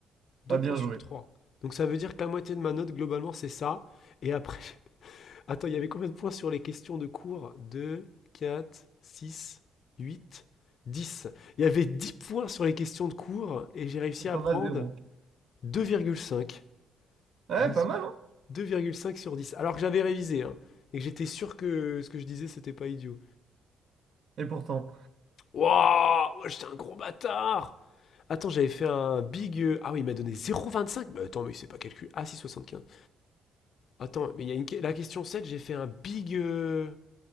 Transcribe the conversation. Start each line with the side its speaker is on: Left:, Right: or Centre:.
Left: Deux
Right: pas
Left: points
Right: bien
Left: sur
Right: joué.
Left: trois. Donc ça veut dire que la moitié de ma note, globalement, c'est ça. Et après, <laughs> Attends, il y avait combien de points sur les questions de cours 2, 4, 6, 8, 10. Il y avait 10 points sur les questions de cours et j'ai réussi à
Right: T'en
Left: prendre
Right: as zéro.
Left: 2,5.
Right: Ouais,
Left: Les-
Right: pas mal, hein?
Left: deux virgule cinq sur 10. Alors que j'avais révisé, hein, et que j'étais sûr que ce que je disais, c'était pas idiot.
Right: Et pourtant.
Left: Wouah ouais, J'étais un gros bâtard Attends, j'avais fait un big... euh, Ah oui, il m'a donné zéro vingt cinq. Bah attends, mais c'est pas calcul. Ah, six soixante quinze. Attends, mais il y a une... que- la question 7, j'ai fait un big... euh,